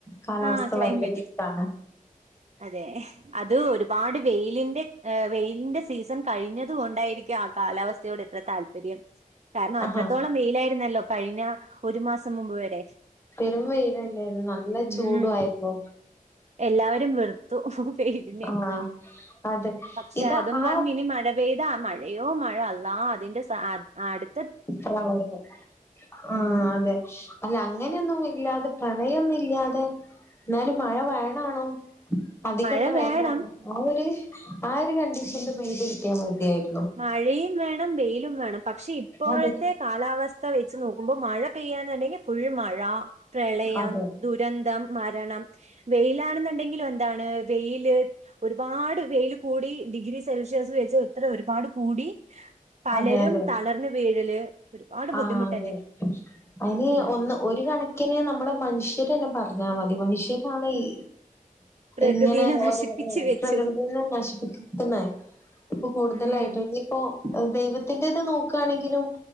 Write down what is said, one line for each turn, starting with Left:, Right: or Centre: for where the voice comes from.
Left: കാലാവസ്ഥ
Right: ആ ക്ലൈമറ്റ്
Left: ഭയങ്കര ഇഷ്ടാണ്
Right: അതെ അത് ഒരുപാട് വെയിലിന്റെ വെയിലിന്റെ സീസൺ കഴിഞ്ഞതുക കൊണ്ടായിരിക്കും ആ കാലാവസ്ഥ വ്യയോട് എത്ര താല്പര്യം കാരണം അത്രത്തോളം
Left: ആഹാ
Right: വെയിലായിരുന്നല്ലോ കഴിഞ്ഞ ഒരു മാസം മുമ്പ് വരെ
Left: വെരുമ്പയിലല്ലായിരുന്നു നല്ല
Right: ഉം
Left: ചൂടു ആായിരുന്നു
Right: എല്ലാവരും വെറുത്തു പെയ്തിനെ
Left: ആഹ് അതെ
Right: പക്ഷെ
Left: ഇതാ
Right: അതും
Left: ആ
Right: പറഞ്ഞ് ഇനി മഴ പെയ് ത മഴയോ മഴ അള്ളാ അതിന്റെ സ അ അടു
Left: പ്രളയം ആ
Right: ഉം
Left: അതെ അല്ല അങ്ങനെയൊന്നും ഇല്ലാതെ പ്രളയം നി ട്ടിയാതെ എന്നാലും മഴ വേണാണോ പതി
Right: മഴ
Left: കെട്ട
Right: വേണം
Left: വേണ്ടണോ ആ ഒരു ആ ഒരു കണ്ടീഷൻ പെയ്ത് കിട്ടിയാൽ മതിയാ
Right: മഴയും വേണം വെയിലും വേണം പക്ഷെ ഇപ്പോഴത്തെ
Left: അതെ
Right: കാലാവസ്ഥ വെച്ച് നോക്കുമ്പോ മഴ പെയ്യാന്നുണ്ടെങ്കിൽ ഫുൾ മഴ പ്രളയം
Left: അതെ
Right: ദുരന്തം മരണം വെയിലാണെന്നുണ്ടെങ്കിലും എന്താണ് വെയില് ഒരുപാട് വെയില് കൂടി ഡിഗ്രി സെൽഷ്യസ് വെച്ച് എത്ര ഒരു പാട് കൂടി പലരും
Left: അതെ അതെ
Right: തളർന്ന് വീഴല് ഒരുപാട് ബുദ്ധിമുട്ടന്നെ
Left: ആഹ് അതെ അയിന്
Right: ഉം
Left: ഒന്ന് ഒരു കണക്കിന് നമ്മള് മനുഷ്യരന്നെ പറഞ്ഞാ മതി മനുഷ്യരാണ് ഈ
Right: പ്രകൃതിനെ
Left: ഇങ്ങനെ ഓരോ
Right: നശിപ്പിച്ച് വെച്ചു
Left: പ്രകൃതിനെ നശിപ്പിക്കുന്നെ ഇപ്പൊ കൂടുതലായിട്ടും
Right: ഉം
Left: ഇനിയിപ്പോ ദൈവത്തിന്റെ നോക്കുവാണെങ്കിലും